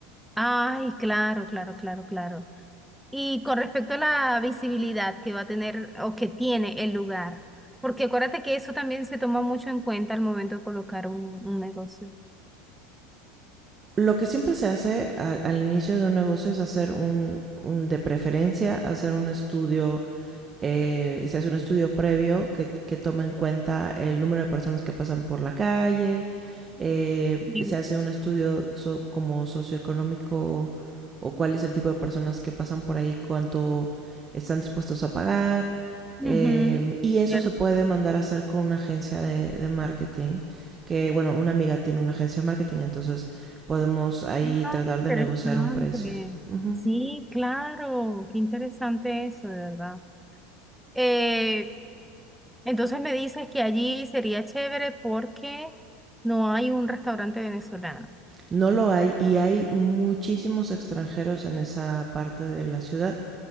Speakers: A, in the centre; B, on the right.
A: Ay, claro, claro, claro, claro. Y con respecto a la visibilidad que va a tener o que tiene el lugar, porque acuérdate que eso también se toma mucho en cuenta al momento de colocar un, un negocio.
B: lo que siempre se hace al, al inicio de un negocio es hacer un, un- de preferencia, hacer un estudio, eh, se hace un estudio previo que, que toma en cuenta el número de personas que pasan por la calle, eh,
A: Sí.
B: se hace un estudio so- como socioeconómico o cuál es el tipo de personas que pasan por ahí, cuánto están dispuestos a pagar.
A: Ujú,
B: eh, y eso
A: ¿cierto?
B: se puede mandar a hacer con una agencia de, de marketing que bueno, una amiga tiene una agencia de marketing, entonces podemos ahí
A: Ah,
B: tratar
A: Interesante.
B: de negociar un precio. Ujú.
A: Sí, claro, qué interesante eso, de verdad. Eh, entonces me dices que allí sería chévere porque no hay un restaurante venezolano.
B: No lo hay y hay muchísimos extranjeros en esa parte de la ciudad